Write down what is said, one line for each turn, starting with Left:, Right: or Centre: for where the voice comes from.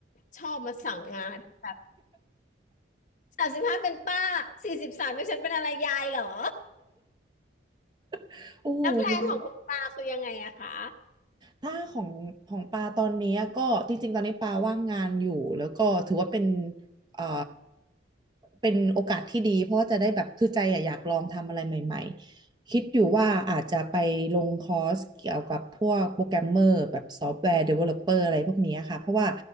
Left: ชอบมาสั่งงานแบบสามสิบห้าเป็นป้าสี่สิบสามเป็นฉันเป็นอะไรยายเหรอ
Right: <laughs> โอ้โห
Left: แล้วแพลนของคุณตาคือยังไงอะคะ
Right: ถ้าของของปาตอนนี้ก็จริงๆตอนนี้ปาว่างงานอยู่แล้วก็ถือว่าเป็นเอ่อเป็นโอกาสที่ดีเพราะว่าจะได้แบบคือใจอะอยากลองทำอะไรใหม่ๆคิดอยู่ว่าอาจจะไปลงคอร์สเกี่ยวกับพวกโปรแกรมเมอร์แบบซอฟต์แวร์เดเวลลอปเปอร์อะไรพวกนี้ค่ะเพราะว่า